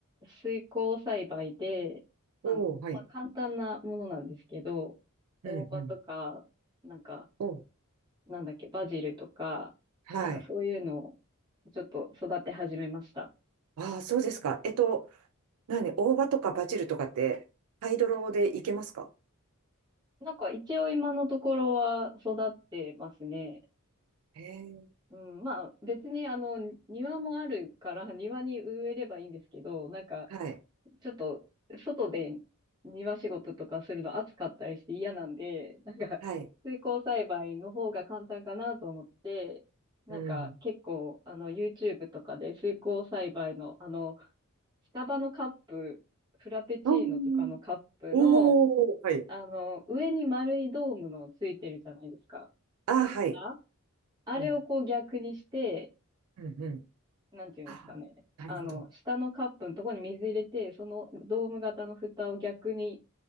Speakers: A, on the right; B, on the right.
A: 水耕栽培で、あの、
B: おー、はい。
A: まあ、簡単なものなんですけど、大葉とか、
B: うん、うん。
A: なんか、
B: おー、
A: なんだっけ、バジルとか、
B: はい。
A: なんかそういうのをちょっと育て始めました。
B: ああ、そうですか。えっと、何、大葉とかバジルとかって、ハイドロでいけますか
A: なんか一応今のところは育ってますね。
B: へえ、
A: うん、まあ別にあの、庭もあるから庭に植えればいいんですけど、なんか
B: はい。
A: ちょっと、外で庭仕事とかするの暑かったりして嫌なんで、<laughs> なんか、
B: はい。
A: 水耕栽培の方が簡単かなと思って、なんか、
B: うん。
A: 結構、あの、YouTube とかで水耕栽培の、あの、スタバのカップ、フラペチーノとかのカップの、
B: あーおー、はい。
A: あの、上に丸いドームのついてるじゃないですか。
B: ああ、はい。
A: ああれをこう逆にして、
B: うん。うん、うん。
A: なんていうんですかね。
B: ああ、なるほど。
A: あの、下のカップのところに水入れて、そのドーム型の蓋を逆に